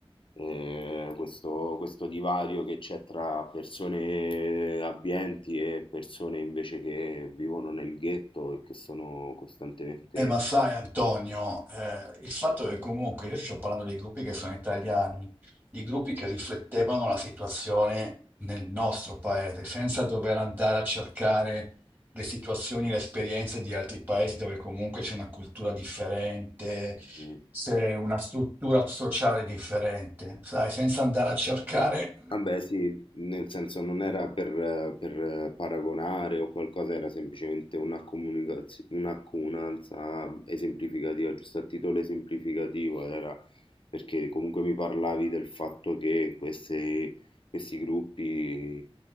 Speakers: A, on the left (about 60°); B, on the right (about 20°).
A: eh, questo, questo divario che c'è tra persone abbienti e persone invece che vivono nel ghetto e che sono costantemente...
B: Eh, ma sai Antonio, eh, il fatto è che comunque io ti sto parlando dei gruppi che sono italiani, di gruppi che riflettevano la situazione nel nostro paese, senza dover andare a cercare le situazioni, le esperienze di altri paesi dove comunque c'è una cultura differente,
A: eh,
B: c'è una struttura sociale differente, sai, senza andare a cercare
A: Vabbè, sì, nel senso non era per, eh, per, eh, paragonare o qualcosa, era semplicemente una comunicaz- un'accomunanza esemplificativa, giusto a titolo esemplificativo, ed era perché comunque mi parlavi del fatto che queste- questi gruppi